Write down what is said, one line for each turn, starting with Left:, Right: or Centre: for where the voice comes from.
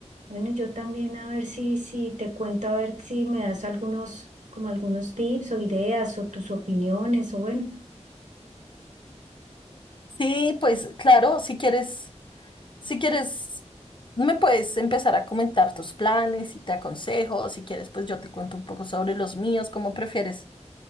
Right: bueno, yo también a ver si, si te cuento, a ver si me das algunos, como algunos tips o ideas o tus opiniones o bueno.
Left: Sí, pues claro, si quieres, si quieres, me puedes empezar a comentar tus planes y te aconsejo, si quieres, pues yo te cuento un poco sobre los míos, cómo prefieres.